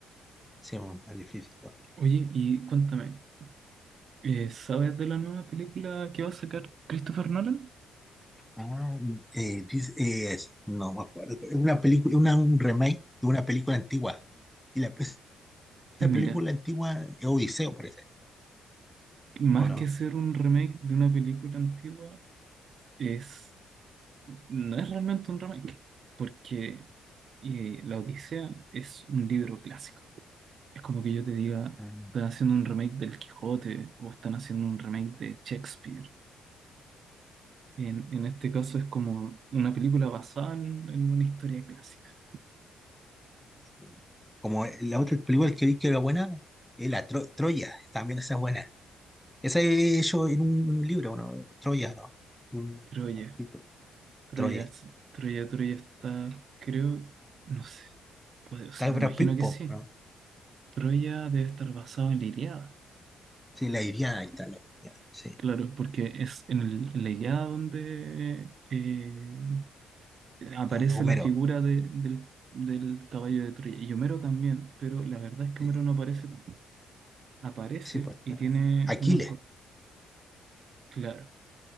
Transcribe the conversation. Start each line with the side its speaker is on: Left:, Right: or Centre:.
Centre: sí, bueno, es difícil todo.
Right: Oye, y cuéntame, eh, ¿sabes de la nueva película que va a sacar Christopher Nolan?
Centre: Ah, eh, dice- eh, es- no me acuerdo, es una película, una, un remake de una película antigua, y la, esa
Right: Mira,
Centre: película antigua es Odiseo, parece,
Right: más
Centre: ¿o no?
Right: que ser un remake de una película antigua, es, no es realmente un remake, porque eh, La Odisea es un libro clásico. Es como que yo te diga,
Centre: Ah,
Right: están haciendo un remake del Quijote o están haciendo un remake de Shakespeare. En, en este caso es como una película basada en, en una historia clásica.
Centre: Sí. Como la otra película que vi que era buena, es la Tro- Troya, también esa es buena. Esa he hecho en un, un libro, ¿no? Troya, ¿no? Un
Right: Troya,
Centre: arquito.
Right: Troya,
Centre: Troya.
Right: es- Troya, Troya está, creo, no sé, puede- o sea,
Centre: Está Brad
Right: me imagino
Centre: Pitt,
Right: que
Centre: po,
Right: sí.
Centre: ¿no?
Right: Troya debe estar basado en la Ilíada,
Centre: Sí, la Iliada, ahí está la Iliada. Sí,
Right: claro, porque es en, el- en la Ilíada donde eh, aparece
Centre: está Homero.
Right: la figura de- del, del caballo de Troya. Y Homero también, pero la verdad es que
Centre: Sí,
Right: Homero no aparece tanto. Aparece
Centre: sí, pues está
Right: y tiene
Centre: Aquiles.
Right: unas... por- Claro.